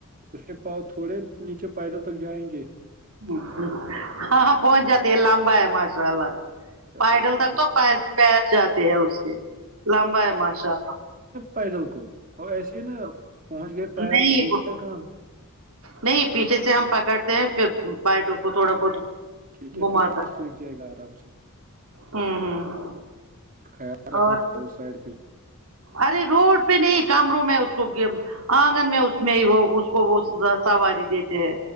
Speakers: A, on the right; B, on the right.
A: اس کے پاؤ تھوڑے نیچے پائیدل تک جائیں گے
B: ہ ہاں پہنچ جاتی ہے لمبا ہے ماشاء اللہ
A: چلو
B: پائڈل
A: پھر
B: تک
A: ٹھیک
B: تو
A: ہے
B: پیر جاتے ہے اس کے لمبا ہے ماشاء اللہ
A: پیدل کو اور ایسے ہی نا پہنچ گئے پیر
B: نہیں
A: ہو
B: وہ
A: گیا کام
B: نہیں پیچھے سے ہم پکڑتے ہیں پھر پائٹ کو تھوڑا بہت
A: ٹھیک ہے
B: گھماتا
A: پھر تو بس سیکھ
B: ہے
A: جائے گا آرام سے
B: ہوں ہوں
A: خیال رکھنا
B: اور
A: ر سائڈ پہ
B: ارے روڈ پہ نہیں کامروں میں اس کو آنگن میں اس میں ہی وہ اس کو وہ سواری دیتے ہیں